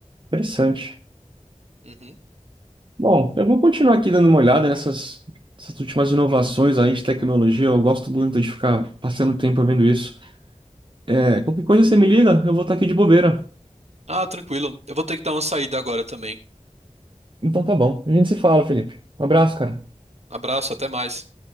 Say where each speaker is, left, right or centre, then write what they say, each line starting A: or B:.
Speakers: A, on the right; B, on the right.
A: Interessante.
B: Uhum.
A: Bom, eu vou continuar aqui dando uma olhada nessas, nessas últimas inovações aí de tecnologia. Eu gosto muito de ficar passando tempo vendo isso. É, qualquer coisa você me liga, eu vou estar aqui de bobeira.
B: Ah, tranquilo. Eu vou ter que dar uma saída agora também.
A: Então tá bom. A gente se fala, Felipe. Um abraço, cara.
B: Abraço, até mais.